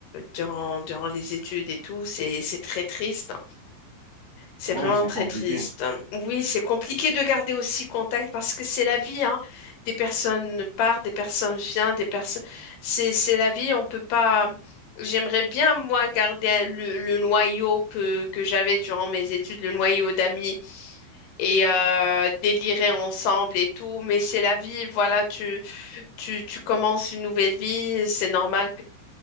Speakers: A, on the left; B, on the right.
A: durant, durant les études et tout. C'est, c'est très triste. C'est
B: Oui,
A: vraiment
B: c'est
A: très
B: compliqué.
A: triste. Oui, c'est compliqué de garder aussi contact parce que c'est la vie, hein. Des personnes partent, des personnes viennent, des personnes. C'est, c'est la vie, on peut pas. J'aimerais bien, moi, garder le, le noyau que, que j'avais durant mes études, le noyau d'amis et euh, délirer ensemble et tout. Mais c'est la vie, voilà, tu, tu, tu commences une nouvelle vie, c'est normal